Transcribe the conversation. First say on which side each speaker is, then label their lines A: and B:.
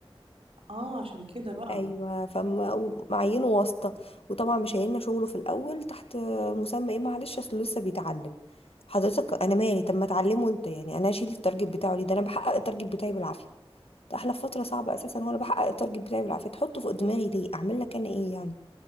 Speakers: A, on the right; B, on the left.
A: اه عشان كده بقى
B: ايوه فمعينه واسطه وطبعا مش هيلنا شغله في الاول تحت مسمى ايه معلش اصله لسه بيتعلم حضرتك انا مالي طب ما اتعلمه انت يعني انا اشيل التارجت بتاعه ليه ده انا بحقق التارجت بتاعي بالعافيه ده احلى في فتره صعبه اساسا وانا بحقق التارجت بتاعي بالعافيه تحطه فوق دماغي ليه اعمل لك انا ايه يعني